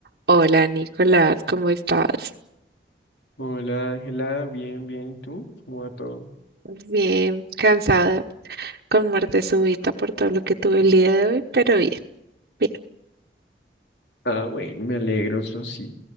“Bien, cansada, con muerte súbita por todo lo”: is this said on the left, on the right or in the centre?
Right